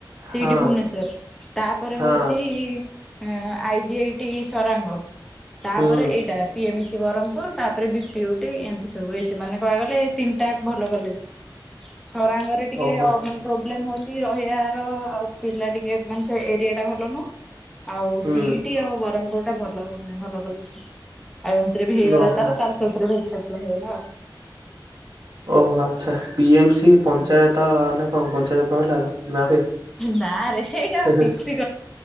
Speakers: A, in the centre; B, on the right.
A: ସେଇଟି
B: ହଁ
A: ଭୁବନେଶ୍ଵର ତାପରେ
B: ହଁ
A: ହଉଚି ଉଁ I G I T Sarang ତାପରେ
B: ହୁଁ।
A: ଏଇଟା। ପି ଏମ ଶି ବରମପୁର ତାପରେ ବି ପି ଉଟି ଏମିତି ସବୁ ହେଇଚି ମାନେ କଇବାକୁ ଗଲେ ଏଇ ତିନିଟା ଭଲ କଲେଜ। ସରାଙ୍ଗ ଥିରେ ଟିକେ
B: ଓହୋ
A: ଅ ମାନେ ପ୍ରୋବ୍ଲେମ ହଉଚି ରହିବାର ଆଉ ପିଲା ଟିକେ ମାନେ ସେ ଏରିଆ ଟା ଭଲ ନୁହଁ। ଆଉ
B: ହୁଁ
A: ସି ଇ ଟି ଆଉ ବ୍ରରହ୍ମପୁର ଟା ଭଲ ମାନେ ଭଲ କଲେଜ ଟା ଆଉ ସେତିରେ ବି ହେଇଗଲା
B: ଓହୋ।
A: ତାର ତାର ସେଇଥିରେ ବି ଇଚ୍ଛା ଥିଲା ହେଇଗଲା ଆଉ।
B: ଓହୋ ଆଚ୍ଛା ପି ଏମ ସି ପଞ୍ଚାୟତ ନା ହଁ ପଞ୍ଚାୟତ କହିଲାତ ନା ବେ
A: ନାରେ ସେଇଟା
B: ଉଁ ହୁଁ।
A: ପିସି